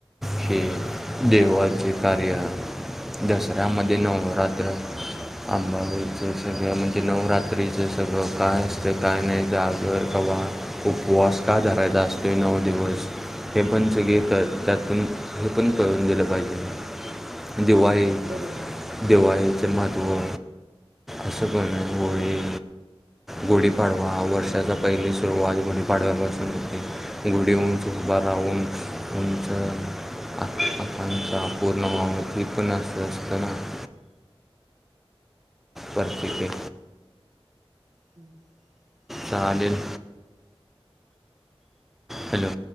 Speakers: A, in the centre; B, on the right.
A: हे देवाचे कार्य. दसऱ्यामध्ये नवरात्र् अंबाबाईचं सगळं म्हणजे नवरात्रीचे सगळं काय असतं काय नाय जागर उपवास कवा धरायचा असतो न व दिवस. हे पण सगळे त्यातून हे पण सगळं करून गेलं पाहिजे
B: हम्म
A: दिवाळी
B: बरोबर बरोबर
A: दिवाळी.
B: आहे
A: े माधवळ अस पण गळी गोडी <unintelligible> पाडवा वर्षाचा पहिली सुरुवात गुढी पाडव्यापासून होती गुढी उंच उभारून उंच. आ आपणता पूर्ण माम्री पणत असतना. <unintelligible> परफेक्ट आहे.
B: ह.
A: चालेलव हॅलो.